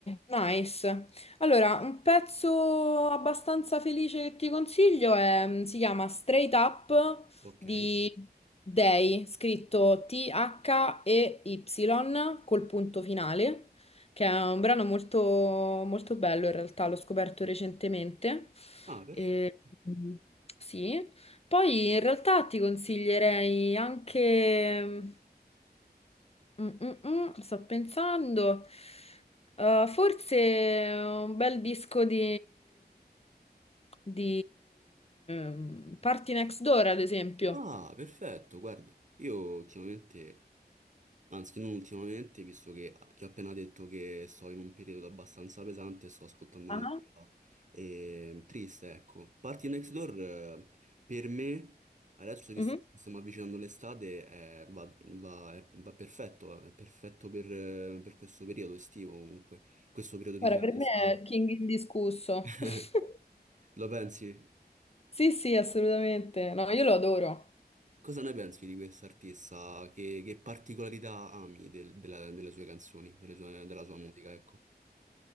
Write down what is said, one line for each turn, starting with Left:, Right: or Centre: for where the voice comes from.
Left: nice. Allora, un pezzo abbastanza felice che ti consiglio è, mm, si chiama Straight Up
Right: ok?
Left: di Day, scritto T-H-E-Y col punto finale, che è un brano molto, molto bello in realtà, l'ho scoperto recentemente.
Right: Ah, perfetto.
Left: E, mm, sì. Poi in realtà ti consiglierei anche... mm, Mm, mm, mm, sto pensando, Eh, forse un bel disco di, di mm, Party Next Door, ad esempio.
Right: Ah, perfetto, guarda, io ultimamente, anzi non ultimamente, visto che ti ho appena detto che sto in un periodo abbastanza pesante, sto ascoltando
Left: Ah.
Right: musica ehm, triste, ecco. Party Next Door, eh, per me, adesso visto
Left: Mhm.
Right: che ci stiamo avvicinando all'estate, eh, va, va- è- va perfetto, è perfetto per, eh, per questo periodo estivo comunque, questo periodo di
Left: Guarda,
Right: festa.
Left: per me è il King indiscusso.
Right: <laughs>
Left: <laughs>
Right: Lo pensi?
Left: Sì, sì, assolutamente. No, io lo adoro.
Right: Cosa ne pensi di quest'artista? Che, che particolarità ami del- della- delle sue canzoni, delle sue- della sua musica, ecco?